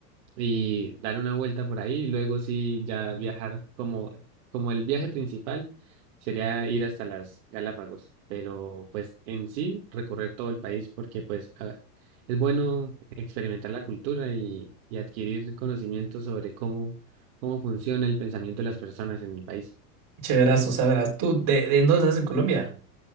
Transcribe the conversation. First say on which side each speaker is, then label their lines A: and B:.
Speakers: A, on the right; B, on the right.
A: y dar una vuelta por ahí y luego sí ya viajar como, como el viaje principal sería ir hasta las Galápagos, pero pues en sí recorrer todo el país porque pues a- es bueno experimentar la cultura y, y adquirir conocimiento sobre cómo, cómo funciona el pensamiento de las personas en el país.
B: chéverazo, sabrás. ¿Tú de, de en dónde estás en Colombia?